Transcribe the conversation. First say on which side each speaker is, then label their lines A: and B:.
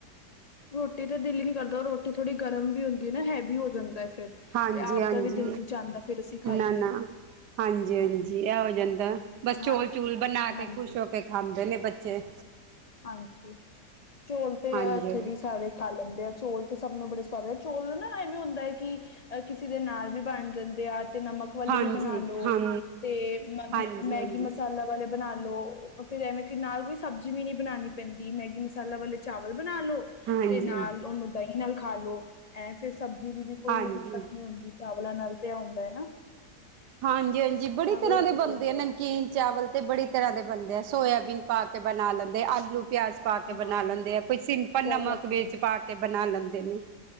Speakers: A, on the left; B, on the right.
A: ਰੋਟੀ ਤਾਂ ਦਿਲ ਹੀ ਨੀ ਕਰਦਾ ਰੋਟੀ ਥੋੜੀ ਗਰਮ ਵੀ ਹੁੰਦੀ ਹੈ ਨਾ ਹੈਵੀ ਹੋ ਜਾਂਦੀ ਫਿਰ।
B: ਹਾਂਜੀ
A: ਤੇ, ਆਪ
B: ਹਾਂਜੀ
A: ਦਾ ਵੀ ਦਿਲ ਚ ਆਦਾ ਫਿਰ ਅਸੀਂ ਖਾਈਏ।
B: ਨਾ ਨਾ ਹਾਂਜੀ ਹਾਂਜੀ, ਇਹ ਹੋ ਜਾਂਦਾ ਬਸ
A: ਹਾਂ,
B: ਚੋਲ ਚੂਲ ਬਣਾ
A: ਹਾਂਜੀ,
B: ਕੇ ਖੁਸ਼ ਹੋ ਕੇ। ਖਾਂਦੇ ਨੇ ਬੱਚੇ।
A: ਹਾਂਜੀ ਚੋਲ ਤੇ
B: ਹਾਂਜੀ
A: ਇੱਥੇ ਵੀ ਸਾਰੇ। ਖਾ ਲੈਂਦੇ ਆ ਚੋਲ ਤੇ ਸਭ ਨੂੰ ਬੜੇ ਸਵਾਦ ਆ ਚੋਲ ਨਾ ਐਵੇਂ ਹੁੰਦਾ ਹੈ, ਕਿ। ਅਹ ਕਿਸੇ ਦੇ ਨਾਲ ਵੀ ਬਣ ਜਾਂਦੇ ਆ ਤੇ ਨਮਕ। ਵਾਲੇ
B: ਹਾਂਜੀ
A: ਵੀ ਬਣਾ
B: ਹਾਂਜੀ
A: ਲੋ
B: ਹਾਂ
A: ਤੇ
B: ਹਾਂਜੀ
A: ਮੈਗੀ
B: ਹਾਂਜੀ
A: ਮਸਾਲਾ ਵਾਲੇ। ਬਣਾ ਲੋ ਫੇਰ ਐਵੇਂ ਨਾਲ ਕੋਈ ਸਬਜ਼ੀ ਵੀ ਨੀ। ਬਣਾਉਣੀ ਪੈਂਦੀ ਮੈਗੀ ਮਸਾਲਾ ਵਾਲੇ ਚਾਵਲ ਬਣਾ ਲਓ
B: ਹਾਂਜੀ,
A: ਤੇ ਨਾਲ ਉਹਨੂੰ। ਦਹੀਂ ਨਾਲ ਖਾ ਲੋ ਐ, ਫਿਰ ਸਬਜ਼ੀ ਦੀ ਵੀ। ਕੋਈ
B: ਹਾਂਜੀ
A: ਦਿੱਕਤ
B: ਹੂੰ।
A: ਨਹੀਂ ਹੁੰਦੀ ਚਾਵਲਾਂ ਨਾਲ ਤੇ ਇਹ ਹੁੰਦਾ ਨਾ।
B: ਹਾਂਜੀ, ਹਾਂਜੀ ਬੜੀ
A: ਚਾਵਲ
B: ਤਰ੍ਹਾਂ ਦੇ
A: ਠੀਕ
B: ਬਣਦੇ
A: ਰਹਿੰਦੇ
B: ਆ ਨਮਕੀਨ, ਚਾਵਲ। ਤੇ ਬੜੀ ਤਰ੍ਹਾਂ ਦੇ ਬਣਦੇ ਆ ਸੋਇਆਬੀਨ ਪਾ ਕੇ ਬਣਾ ਲੈਂਦੇ ਆਲੂ। ਪਿਆਜ ਪਾ ਕੇ
A: ਹਾਂ।
B: ਬਣਾ ਲੈਂਦੇ ਆ। ਕੋਈ ਸਿੰਪਲ
A: ਪਿਆਜ
B: ਨਮਕ
A: ਦਾ ਖੂਰ
B: ਵਿੱਚ ਪਾ ਕੇ ਬਣਾ ਲੈਂਦੇ ਨੇ।